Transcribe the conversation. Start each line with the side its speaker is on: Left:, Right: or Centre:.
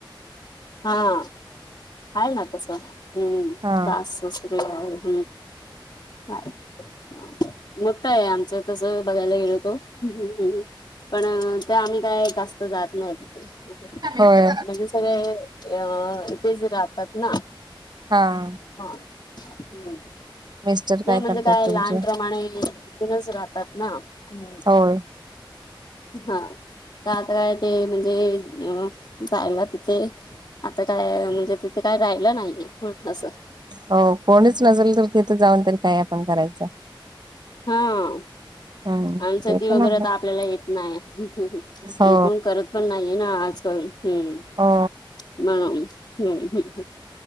Left: हा. आहे ना तसं. हम्म.
Right: हा
Left: असतंच. <unintelligible> हम्. <unintelligible> मोठाय आमचं, तसं बघायला गेलो तो. हम्, हम्, ह. पण ते आम्ही काय जास्त जात नाही तिथे.
Right: होय
Left: म्हणजे सगळे अ ईतेेच राहतात ना.
Right: हा.
Left: हा, ह्.
Right: मिस्टर
Left: नाही म्हणजे
Right: करतात
Left: काय,
Right: तुमचे?
Left: लहानप्रमाणे नच राहतात ना. हम्.
Right: होय
Left: ह. तर आता काय ते म्हणजे अ जायला तिथे आता काय म्हणजे, तिथे काय राहिलं नाहीये. असं.
Right: हो, कोणीच नजल तर, तिथं जाऊन तरी, काय आपण करायचं.
Left: हा आ.
Right: हम्म
Left: अन सती
Right: ते पण
Left: वगैरे
Right: आहे
Left: तर आपल्याला येत नाही. <unintelligible>
Right: हो
Left: अन् कोण करत पण नाहीये ना, आजकल. हम्म,
Right: हो
Left: म्हणून. हम्म हम्.